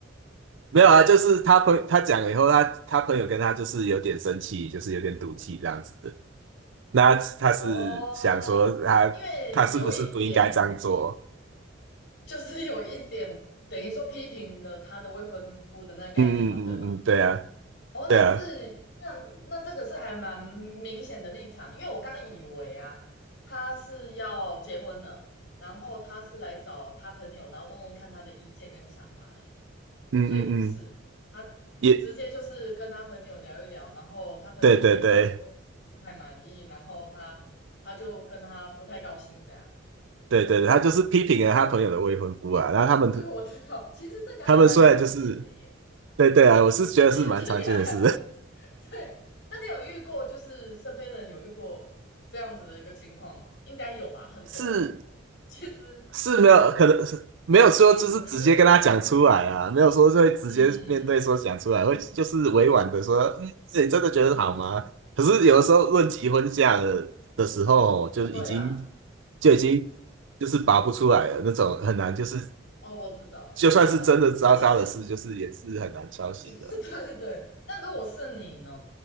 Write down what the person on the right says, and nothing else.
没有啊，就是他朋他讲了以后，他他朋友跟他就是有点生气，就是有点赌气这样子。的。那他是想说他他是不是不应该这样做？
嗯嗯嗯嗯嗯，
对啊，
对啊，
嗯嗯嗯嗯
也
对对对
对对，对他就是批评了他朋友的未婚夫啊。然后他们
他们虽然就是对对啊，我是觉得是蛮常见的事，
<laughs> 是
是没有可能是没有说就是直接跟他讲出来啊，
没有说会直接面对说讲出来，
会就是委婉的说，嗯，你真的觉得好吗？
可是有的时候论及婚嫁的的时候，就是已经
就已经就是拔不出来了那种，很难就是
就算是真的糟糕的事，
就是也是很难敲醒的。